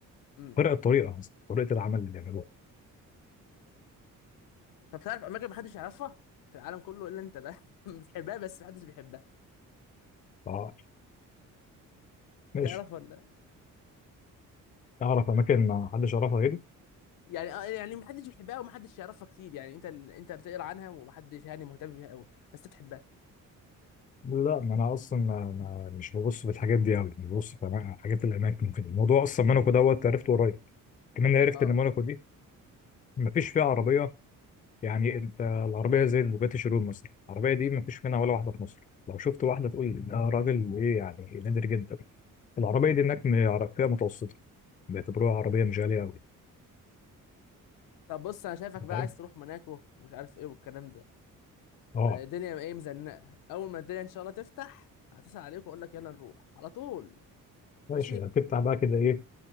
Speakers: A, on the left; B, on the left.
A: امم
B: فرق الطريقه مثلا طريقه العمل اللي بيعملوها
A: طب تعرف اماكن ما حدش يعرفها في العالم كله الا انت بقى <laughs> بتحبها بس ما حدش بيحبها
B: اه ماشي
A: تعرف ولا
B: اعرف اماكن ما حدش يعرفها غيري
A: يعني اه يعني ما حدش بيحبها وما حدش يعرفها كتير يعني انت ال... انت بتقرا عنها وما حدش يعني مهتم بيها قوي بس انت بتحبها
B: لا ما انا اصلا ما ما- مش ببص في الحاجات دي قوي انا ببص في أما- حاجات الاماكن كده الموضوع اصلا موناكو دوت عرفته قريب كمان عرفت
A: اه
B: ان موناكو دي ما فيش فيها عربيه يعني انت العربيه زي البوجاتي شيرون مثلا العربيه دي ما فيش منها ولا واحده في مصر لو شفت واحده تقول ده راجل ايه يعني نادر جدا العربيه
A: امم
B: دي هناك م- فئه متوسطه بيعتبروها عربيه مش غاليه قوي
A: طب بص انا شايفك بقى
B: فاهم
A: عايز تروح موناكو ومش عارف ايه والكلام ده
B: اه
A: فالدنيا ايه مزنقه اول ما الدنيا ان شاء الله تفتح هتصل عليك واقول لك يلا نروح على طول
B: ماشي
A: ماشي
B: يعني تفتح بقى كده ايه